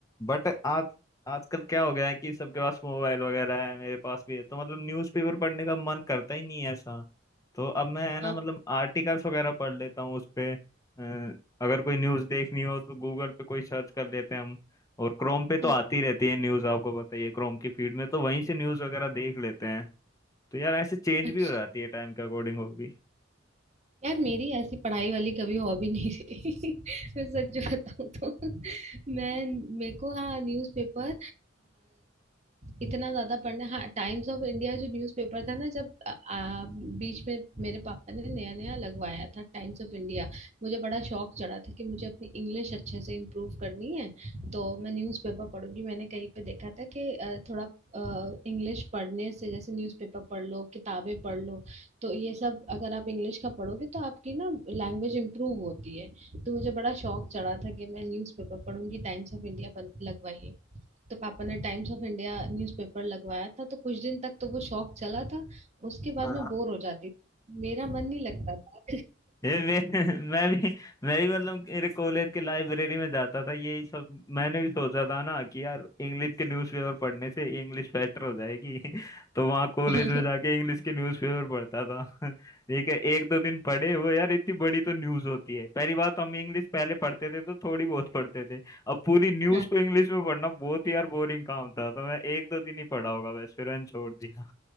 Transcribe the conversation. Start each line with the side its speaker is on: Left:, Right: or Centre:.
Left: बट आज आजकल क्या हो गया है कि सबके पास मोबाइल वगैरह है मेरे पास भी है तो मतलब न्यूज़पेपर पढ़ने का मन करता ही नहीं है ऐसा तो अब मैं है ना
Right: हाँ
Left: मतलब आर्टिकल्स वगैरह पढ़ लेता हूँ उस पे अ, अगर कोई न्यूज़ देखनी हो तो गूगल पे कोई सर्च कर लेते हैं हम और क्रोम पे तो
Right: हम्म
Left: आती रहती है न्यूज आपको पता ही है क्रोम की फीड में तो वहीं से न्यूज वगैरह देख लेते हैं तो यार ऐसे चेंज
Right: अच्छा
Left: भी हो जाती है टाइम के अकॉर्डिंग वो भी
Right: यार मेरी ऐसी पढ़ाई वाली कभी हॉबी नहीं रही <laughs> मैं सच बताऊं तो मैं मेरे को हाँ न्यूज़पेपर इतना ज्यादा पढ़ना हाँ टाइम्स ऑफ इंडिया जो न्यूज़पेपर था ना जब आ, आ, बीच में मेरे पापा ने नया नया लगवाया था टाइम्स ऑफ इंडिया मुझे बड़ा शौक चढ़ा था कि मुझे अपनी इंग्लिश अच्छे से इम्प्रूव करनी है तो मैं न्यूज़पेपर पढ़ूंगी मैंने कहीं पे देखा था कि अ, थोड़ा इंग्लिश पढ़ने से जैसे न्यूज़पेपर पढ़ लो किताबें पढ़ लो तो ये सब अगर आप इंग्लिश का पढ़ोगे तो आपकी ना लैंग्वेज इम्प्रूव होती है तो मुझे बड़ा शौक चढ़ा था कि मैं न्यूज़पेपर पढ़ूंगी टाइम्स ऑफ इंडिया लगवाइए तो पापा ने टाइम्स ऑफ इंडिया न्यूज़पेपर लगवाया था तो कुछ दिन तक तो वो शौक चला था उसके बाद
Left: हाँ
Right: मैं बोर हो जाती मेरा मन नहीं लगता था
Left: ये मैं मैं भी मैं भी मतलब मेरे कॉलेज के लाइब्रेरी में जाता था यही सब मैंने भी सोचा था ना कि यार इंग्लिश के न्यूज़पेपर पढ़ने से इंग्लिश बेटर हो जाएगी <laughs> तो वहाँ कॉलेज
Right: <laughs>
Left: में जाके इंग्लिश के न्यूज़पेपर पढ़ता था <laughs> ठीक है एक दो दिन पढ़े वो यार इतनी बड़ी तो न्यूज़ होती है पहली बात तो हम इंग्लिश पहले पढ़ते थे तो थोड़ी बहुत पढ़ते थे अब पूरी न्यूज़
Right: हाँ
Left: को इंग्लिश में पढ़ना बहुत ही यार बोरिंग काम था तो मैं एक दो दिन ही पढ़ा होगा बस फिर मैंने छोड़ दिया